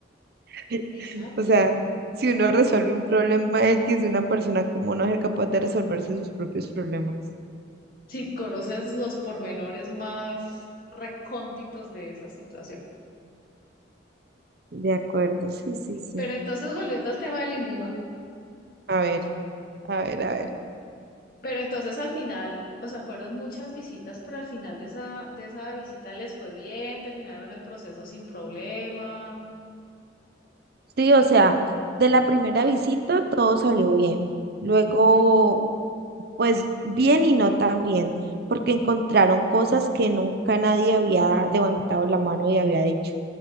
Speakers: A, on the right; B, on the left.
A: <laughs>
B: Exacto.
A: O sea, si uno resuelve un problema X de una persona, ¿cómo no es capaz de resolverse sus propios problemas?
B: Si conoces los pormenores más recónditos de esa situación.
A: De acuerdo, sí, sí, sí.
B: Pero entonces, volviendo al tema del INVIMA,
A: A ver, a ver, a ver.
B: pero entonces al final, o sea, fueron muchas visitas, pero al final de esa, de esa visita les fue bien, terminaron el proceso sin problema.
A: Sí, o sea, de la primera visita todo salió bien. Luego,
B: Mm,
A: pues bien y no tan bien, porque encontraron cosas que nunca nadie había levantado la mano y había dicho.